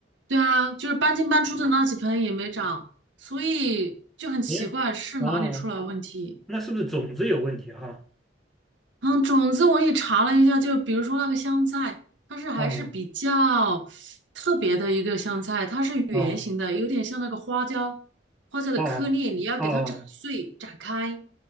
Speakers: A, on the right (about 90°); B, in the centre.
A: 对啊，就是搬进搬出的那几盆也没长，所以就很奇怪是哪里出了问题。
B: 哎，哦，那是不是种子有问题啊
A: 嗯，种子我也查了一下，就比如说那个香菜，它是还是比较特别的一个香菜，
B: 哈、啊？
A: 它是圆形的，
B: 哦
A: 有点像那个花椒，花椒的颗粒，
B: 哦哦
A: 你要给它斩碎、斩开，